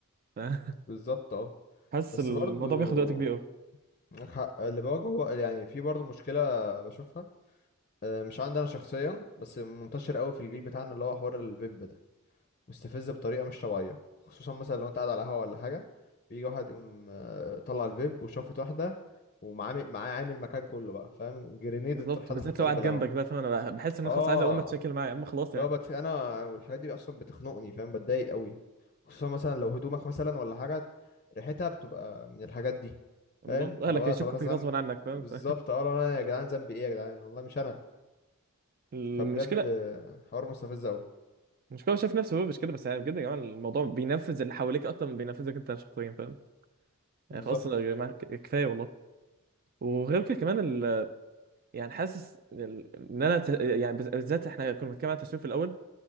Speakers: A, on the right (about 45°); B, on the left (about 35°).
A: <laughs>
B: بالظبط اه
A: فحاسس
B: بس
A: الموضوع
B: برضو
A: بياخد وقت كبير أوي
B: معاك حق اللي بواجهه هو- يعني في برضو مشكله بشوفها آه، مش عندي انا شخصيا بس منتشر قوي في الجيل بتاعنا اللي هو حوار الفيب ده مستفز بطريقه مش طبيعيه خصوصا مثلا لو انت قاعد على قهوه ولا حاجه بيجي واحد يقوم آه، طلع الفيب وشافت واحده ومعاه معاه عامل مكان كله بقى فاهم جرينيد
A: بالظبط
B: اتحدفت
A: بالذات
B: في
A: لو
B: قلب
A: قاعد
B: القهوه
A: جنبك بقى فاهم انا بحس ان
B: اه
A: انا خلاص عايز اقوم اتشكل معاه يا عم خلاص
B: لو
A: يعني
B: بت... انا والحاجات دي اصلا بتخنقني فاهم بتضايق قوي خصوصا مثلا لو هدومك مثلا ولا حاجه ريحتها بتبقى من الحاجات دي
A: بالظبط
B: فاهم فلو
A: اهلك هيشكوا
B: أنا- طب انا ذنب
A: فيك غصبا عنك فاهم
B: بالظبط
A: ف-
B: اه لو انا يا جدعان ذنبي ايه يا جدعان والله مش انا
A: المشكله
B: فبجد آه، حوار مستفز قوي
A: المشكله هو شايف نفسه هو مش كده بس يعني بجد يا جماعه الموضوع بينفذ اللي حواليك اكتر من بينفذك انت شخصيا فاهم يعني
B: بالظبط
A: خلاص يا جماعه ك- كفايه والله وغير كده كمان ال... يعني حاسس ال- ان انا ت... يعني بز- بالذات احنا كنا بنتكلم عن التسويق في الاول